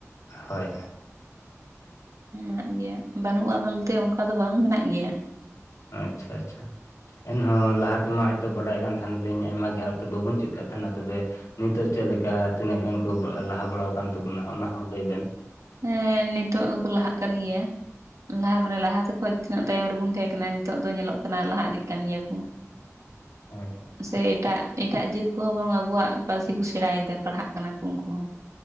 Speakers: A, on the left; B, on the right.
A: ᱦᱚᱭ
B: ᱢᱮᱱᱟᱜ ᱜᱮᱭᱟ ᱵᱟᱹᱱᱩᱜᱼᱟ ᱵᱚᱞᱛᱮ ᱚᱱᱠᱟ ᱫᱚ ᱵᱟᱝ ᱢᱮᱱᱟᱜ ᱜᱮᱭᱟ
A: ᱟᱪᱪᱷᱟ ᱟᱪᱪᱷᱟ ᱮᱱᱦᱚᱸ ᱞᱟᱦᱟ ᱛᱮᱢᱟ ᱦᱚᱭᱛᱚ ᱵᱟᱰᱟᱭ ᱠᱟᱱ ᱛᱟᱦᱮᱱᱟᱞᱤᱧ ᱟᱭᱢᱟ ᱜᱮ ᱛᱚ ᱵᱟᱵᱩᱱ ᱪᱮᱫ ᱠᱟᱫ ᱛᱟᱦᱮᱱᱟ ᱛᱚᱵᱮ ᱱᱤᱛᱚᱜ ᱪᱮᱫ ᱞᱮᱠᱟ ᱛᱤᱱᱟᱹᱜ ᱜᱟᱱ ᱠᱩ ᱞᱟᱦᱟ ᱵᱟᱲᱟᱣ ᱠᱟᱱ ᱛᱟᱵᱩᱱᱟ ᱚᱱᱟ ᱦᱚᱸ ᱞᱟᱹᱭ ᱵᱮᱱ
B: ᱦᱮᱸ ᱱᱤᱛᱚᱜ ᱫᱚᱠᱚ ᱞᱟᱦᱟᱜ ᱠᱟᱱ ᱜᱮᱭᱟ ᱞᱟᱦᱟ ᱢᱟᱱᱮ ᱞᱟᱦᱟᱛᱮ ᱠᱷᱚᱡ ᱛᱤᱱᱟᱹᱜ ᱛᱟᱭᱚᱢ ᱨᱮᱵᱩᱱ ᱛᱟᱦᱮᱸ ᱠᱟᱱᱟ ᱠᱟᱱᱟ ᱱᱤᱛᱚᱜ ᱫᱚ ᱧᱮᱞᱚᱜ ᱠᱟᱱᱟ ᱞᱟᱦᱟ ᱤᱫᱤᱜ ᱠᱟᱱ ᱜᱮᱭᱟ ᱠᱩ
A: ᱦᱳᱭ
B: ᱥᱮ ᱮᱴᱟᱜ ᱮᱴᱟᱜ ᱡᱟᱹᱛ ᱠᱚ ᱦᱚᱸ ᱵᱚᱨᱚᱝ ᱟᱵᱩᱣᱟᱜ ᱯᱟᱹᱨᱥᱤ ᱠᱚ ᱥᱮᱬᱟᱭᱮᱫᱟ ᱯᱟᱲᱦᱟᱜ ᱠᱟᱱᱟ ᱠᱩ ᱩᱱᱠᱩ ᱦᱚᱸ